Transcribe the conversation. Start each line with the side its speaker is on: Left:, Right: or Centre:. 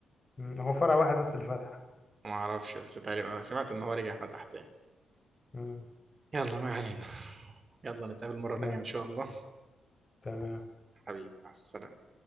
Left: مم. هو فرع واحد بس اللي فتح
Right: ما اعرفش بس تقريبا سمعت ان هو رجع فتح تاني
Left: مم.
Right: يلا ما علينا يلا نتقابل مرة
Left: تمام
Right: تانية ان شاء الله
Left: تمام
Right: حبيبي مع السلامة